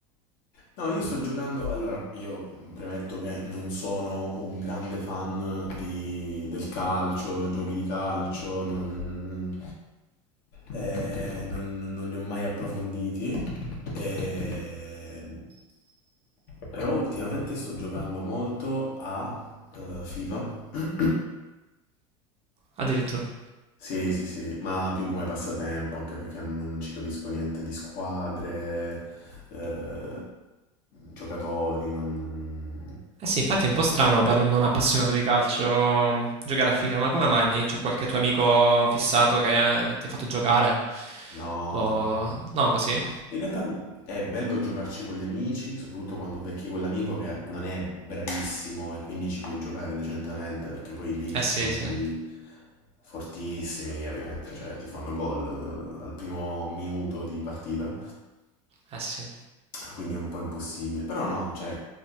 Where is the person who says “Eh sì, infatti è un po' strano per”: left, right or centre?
Right